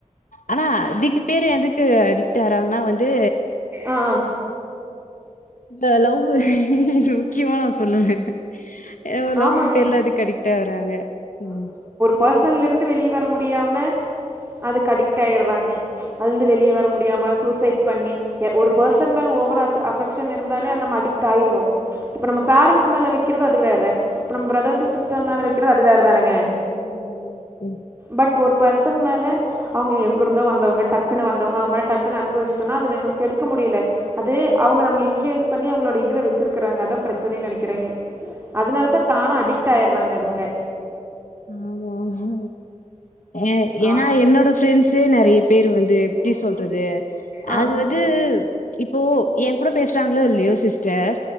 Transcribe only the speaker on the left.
ஆனா இதுக்கு பேரு எதுக்கு அடிக்ட் ஆவ்ராாங்கன்னா வந்து
இந்த லவ்வு முக்கியமா நா சொல்லுவே அ லவ்வுட்டு
எல்லாருக் அடிக்ட் ஆவுராங்க ம்
ம் நல்ல இருக்கே
ஆமா ஆமா ஏ
ஏன்னா என்னோட ப்ரெண்ட்சே நெறைய பேரு வந்து எப்புடி சொல்றது
அது
வந்து இப்போ என் கூட பேசுறாங்களோ இல்லையோ சிஸ்டர்